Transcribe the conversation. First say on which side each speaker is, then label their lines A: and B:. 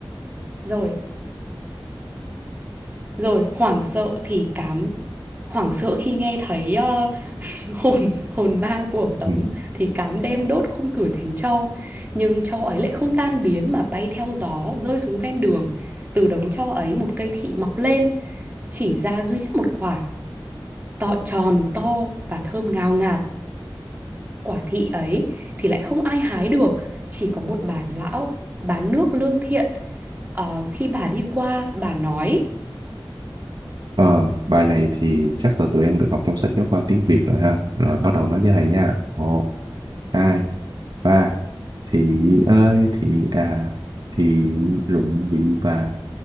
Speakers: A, on the right (about 20°); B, on the right (about 55°).
A: rồi rồi hoảng sợ thì cám hoảng sợ khi nghe thấy ờ, <laughs> hồn hồn ma của Tấm
B: Ừ.
A: thì cám đem đốt khung cửi thành tro nhưng tro ấy lại không tan biến mà bay theo gió rơi xuống ven đường từ đống tro ấy một cây thị mọc lên chỉ ra duy nhất một quả to tròn to và thơm ngào ngạt quả thị ấy thì lại không ai hái được chỉ có một bà lão bán nước lương thiện Ờ, khi bà đi qua bà nói
B: Ờ, bài này thì chắc là tụi em được học trong sách giáo khoa tiếng Việt rồi ha. Rồi bắt đầu nói với thầy nha. Một, hai, ba. Thị ơi, thị à, thị rụng bị bà,